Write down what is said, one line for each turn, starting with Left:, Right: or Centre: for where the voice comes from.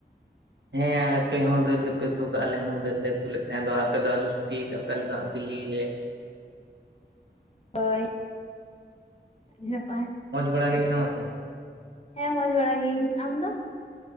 Right: ᱦᱮᱸ ᱟᱯᱮ ᱦᱚᱸ ᱫᱟᱹᱞ ᱜᱮᱯᱮ ᱩᱛᱩ ᱠᱟᱜ-ᱟ ᱟᱞᱮ ᱦᱚᱸ ᱫᱟᱹᱞ ᱞᱮ ᱩᱛᱩ ᱞᱮᱫ ᱛᱟᱦᱮᱸ ᱫᱚ ᱟᱯᱮ ᱫᱚ ᱟᱞᱩ ᱥᱤᱯᱤ ᱭᱟᱠᱟᱫᱼᱼ <unintelligible>
Left: ᱚᱭ ᱟᱰᱤ ᱱᱟᱯᱟᱭ
Right: ᱢᱚᱡᱽ ᱵᱟᱲᱟ ᱜᱮ ᱢᱮᱱᱟᱢᱟ ᱛᱚ?
Left: ᱦᱮᱸ ᱢᱚᱸᱡᱽ ᱵᱟᱲᱟ ᱜᱤᱭᱤᱧ᱾ᱟᱢ ᱫᱚ?